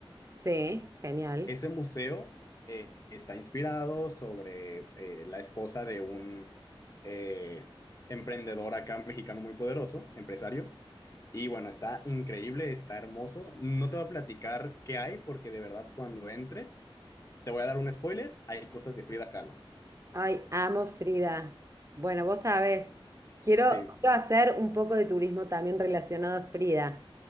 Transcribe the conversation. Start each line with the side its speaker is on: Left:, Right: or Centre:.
Right: Sí, genial.
Left: Ese museo eh, está inspirado sobre eh, la esposa de un eh, emprendedor acá mexicano muy poderoso, empresario. Y bueno, está increíble, está hermoso. No te voy a platicar qué hay, porque de verdad cuando entres, te voy a dar un spoiler, hay cosas de Frida Kahlo.
Right: Ay, amo Frida. Bueno, vos sabés, quiero,
Left: Sí,
Right: quiero hacer un poco de turismo también relacionado a Frida.